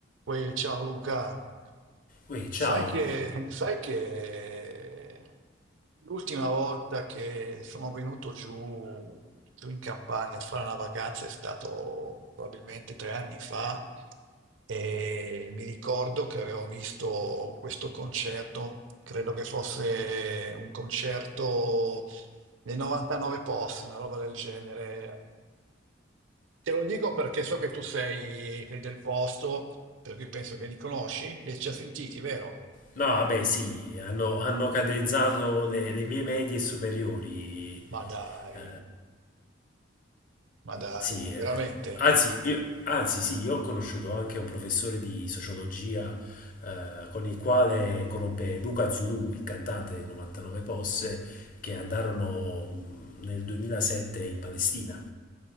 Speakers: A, on the right; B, on the left.
A: Poi, ciao Luca,
B: Ui, ciao.
A: sai che, sai che l'ultima volta che sono venuto giù, giù in Campania a fare una vacanza è stato probabilmente tre anni fa e mi ricordo che avevo visto questo concerto, credo che fosse un concerto nei 99 posti, una roba del genere. Te lo dico perché so che tu sei sei del posto, per cui penso che li conosci, li hai già sentiti, vero?
B: No, vabbè, sì, hanno, hanno cadenzato le, le mie medie superiori. Eh,
A: Ma dai, ma dai,
B: sì,
A: veramente?
B: eh. Anzi, io, anzi, sì, io ho conosciuto anche un professore di sociologia eh, con il quale conobbe Luca Zulù, il cantante dei 99 Posse, che andarono mh, nel 2007 in Palestina.